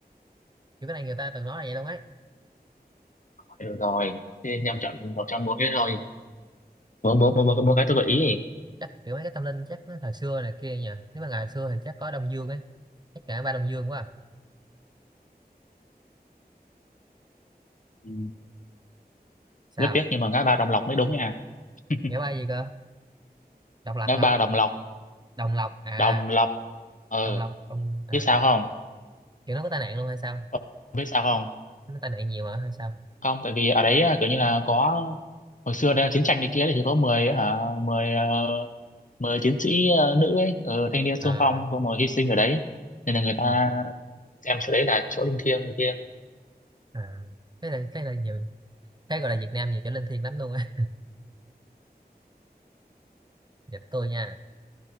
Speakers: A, on the right; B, on the left.
A: kiểu cái này người ta từng nói là vậy luôn ấy
B: được rồi thì nhầm chọn một trong bốn cái thôi bốn bốn bốn bốn bốn cái tôi gợi ý
A: chắc kiểu mấy cái tâm linh chắc nó thời xưa này kia nhỉ nếu mà ngày xưa thì chắc có Đông Dương ấy chắc ngã ba Đông Dương quá à.
B: Ừ.
A: sao
B: rất tiếc nhưng mà ngã ba Đồng Lộc mới đúng nha <laughs>
A: ngã ba gì cơ Độc Lập
B: ngã
A: hả
B: ba Đồng Lộc
A: Đồng Lộc à
B: Đồng Lộc ờ
A: Đồng Lộc Đồng à,
B: biết sao không
A: kiểu nó có tai nạn luôn hay sao
B: Ờ, biết sao không
A: nó tai nạn nhiều hả hay sao
B: không tại vì ở đấy à, kiểu như là có hồi xưa đây là chiến tranh đi kia thì chỉ có 10 hả 10 ờ, 10 chiến sĩ ờ, nữ ấy ờ, thanh niên xung
A: à
B: phong xong rồi hy sinh ở đấy nên là người ta
A: à
B: xem chỗ đấy là chỗ linh thiêng này kia
A: à cái này cái này nhiều cái gọi là Việt Nam nhiều chỗ linh thiêng lắm luôn á dịch tôi nha